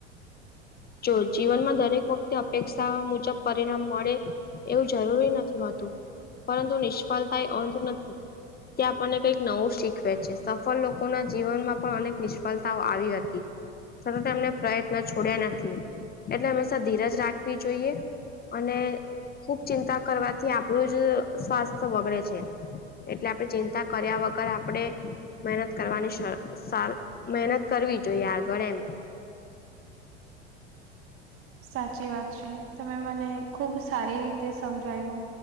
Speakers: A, on the left (about 25°); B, on the right (about 40°).
A: જો જીવનમાં દરેક વખતે અપેક્ષા મુજબ પરિણામ મળે એવું જરૂરી નથી હોતું, પરંતુ નિષ્ફળતા એ અંધ નથી ત્યા આપણને કઈક નવું શીખવે છે. સફળ લોકોના જીવનમાં પણ અનેક નિષ્ફળતાઓ આવી હતી. સતત એમને પ્રયત્ન છોડ્યા નથી, એટલે હંમેશા ધીરજ રાખવી જોઈએ. અને ખુબ ચિંતા કરવાથી આપણું જ સ્વાસ્થ્ય બગડે છે. એટલે આપણે ચિંતા કર્યા વગર આપણે મહેનત કરવાની શ શુ મહેનત કરવી જોઈએ આગળ એમ.
B: સાચી વાત છે તમે મને ખુબ સારી રીતે સમજાયું.